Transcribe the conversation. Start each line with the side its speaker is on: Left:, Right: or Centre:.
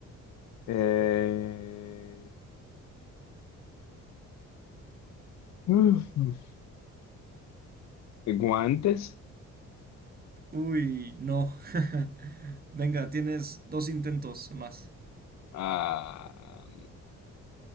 Left: Eh, <laughs> uf, ¿guantes?
Right: Uy, no. <laughs> Venga, tienes dos intentos más.
Left: Ah,